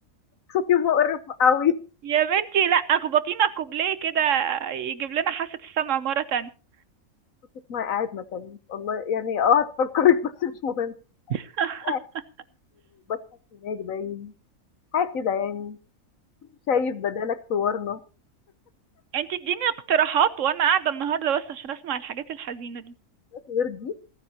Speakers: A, on the left; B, on the right.
A: صوتي مقرف أوي،
B: يا بنتي لا اخبطينا كوبليه كده يجيب لنا حاسة السمع مرة تانية
A: صوتك ما قاعد مكانه، والله يعني آه هتفكرِك <laughs> بس مش مهم،
B: <laughs>
A: <unintelligible> باسمة سماج باين، حاجة كده يعني، شايف بدالك صورنا،
B: انت اديني اقتراحات وانا قاعدة النهاردة بس عشان اسمع الحاجات الحزينة دي
A: مفيش غير دي